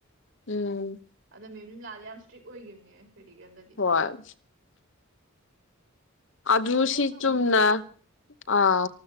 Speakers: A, on the left; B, on the right.
A: ꯎꯝ
B: ꯑ ꯃꯦꯝꯝ ꯂꯥꯑꯗꯤ ꯌꯥꯝ ꯏꯁꯇ꯭ꯔꯤꯛ ꯑꯣꯏꯈꯤꯕꯅꯦ ꯄ꯭ꯔꯦꯛꯇꯤꯀꯦꯜꯗꯗꯤ
A: ꯍꯣꯏ ꯑꯗꯨ
B: ꯍꯣ
A: ꯁꯤ
B: ꯍꯣ ꯊꯝꯃꯣ
A: ꯆꯨꯝꯅ
B: ꯑꯃꯨꯛ
A: ꯑꯥ